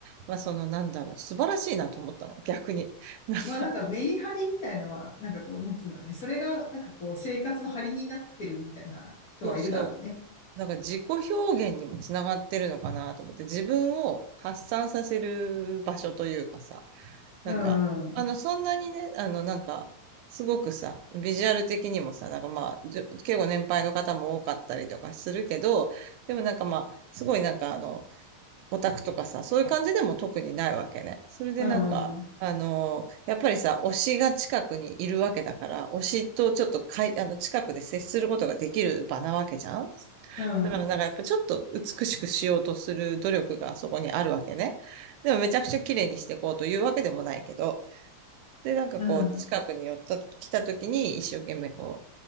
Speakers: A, on the right; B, on the left.
A: まあそのなんだろう、素晴らしいなと思ったの、逆に。なんか、
B: まあなんかメリハリみたいのは、なんかこう、なんつうんだろうね。それがなんかこう、生活の張りになってるみたいな人はいるだろうね。
A: そうそう。なんか自己表現にもつながってるのかなと思って、自分を発散させる場所というかさ、なんか、
B: うん。うん。
A: あの、そんなにね、あの、なんか、すごくさ、ビジュアル的にもさ、なんかまあ、じょ結構年配の方も多かったりとかするけど、でもなんかまあ、すごいなんかあの、オタクとかさ、そういう感じでも特にないわけね。それでなんか、
B: うん。
A: あのーやっぱりさ、推しが近くにいるわけだから、推しとちょっとかい、あの、近くで接することができる場なわけじゃん
B: うん。
A: だからなんかやっぱちょっと美しくしようとする努力がそこにあるわけね。でもめちゃくちゃ綺麗にしていこうというわけでもないけど、で、なんかこう、
B: うん
A: 近くに寄った、来た時に一生懸命こ